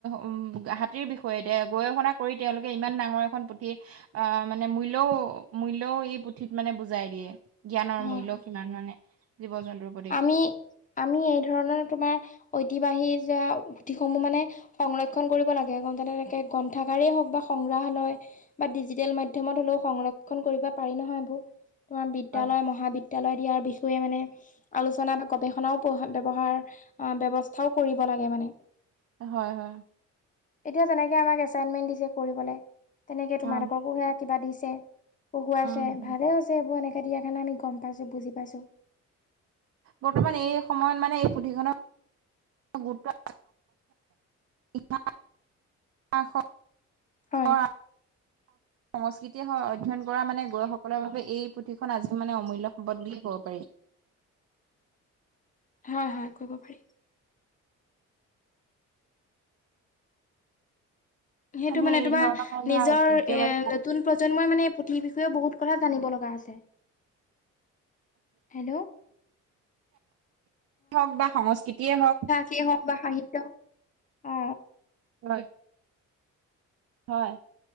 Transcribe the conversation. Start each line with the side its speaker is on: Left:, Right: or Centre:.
Right: উ। পুথি বিষয়ে গৱেষণা কৰি তেওঁলোকে ইমান ডাঙৰ এখন পুথি আহ মানে মূল্যও মূল্যও এই পুথিত মানে বুজাই দিয়ে। জ্ঞানৰ
Left: হয়
Right: মূল্য কিমান মানে জীৱ জন্তুৰ। প্ৰতি
Left: আমি আমি এই ধৰণৰ তোমাৰ ঐতিবাহী যোৱা পুথিসমূহ মানে সংৰক্ষণ কৰিব লাগে তেনেকে গ্ৰন্থাগাৰেই হওঁক বা সংগ্ৰাহালয় বা ডিজিটেল মাধ্যমত হ'লেও সংৰক্ষণ কৰিব পাৰি নহয় এইবোৰ। তোমাৰ বিদ্যালয়
Right: হয়
Left: মহাবিদ্যালয়ত ইয়াৰ বিষয়ে মানে আলোচনা বা গৱেষণাও ব্যৱহাৰ ব্যৱস্থাও কৰিব লাগে মানে।
Right: হয় হয়।
Left: এতিয়া যেনেকে আমাক এচাইমেম্ট দিছে কৰিবলৈ, তেনেকে তোমালোকো
Right: অ
Left: সেয়া কিবা দিছে পঢ়োৱাইছে
Right: উম
Left: ভালে হৈছে, এইবোৰ এনেকে দিয়াৰ কাৰণে আমি গম পাইছোঁ, বুজি পাইছোঁ।
Right: বৰ্তমান এই সময়ত মানে এই পুথিখনত গুৰুত্ব। <inaudible>
Left: হয়
Right: ক। <unintelligible> সংস্কৃতিয়ে হওঁক অধ্যয়ন কৰা মানে গৈসকলৰ বাবে এই পুথিখন আজিও মানে অমূল্য সম্পদ বুলি ক'ব পাৰি।
Left: হয় হয় কৰিব পাৰি। সেইটো
Right: আমি
Left: মানে
Right: এই
Left: তোমাৰ
Right: ধৰণৰ ধৰা
Left: নিজৰ
Right: ঐতিহ্যবাহী
Left: এ নতুন প্ৰজন্ময়ে মানে এই পুথিৰ বিষয়েও বহুত। চবেই জানিব লগা আছে। হেল্ল'
Right: হওক বা সংস্কৃতিয়ে হওক।
Left: সেই হওক বা সাহিত্য হও অ।
Right: হয় হয়